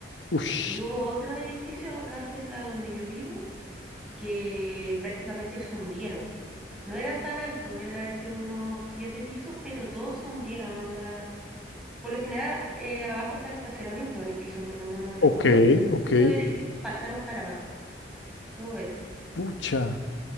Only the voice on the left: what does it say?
uff,
ok,
ok.
Pucha,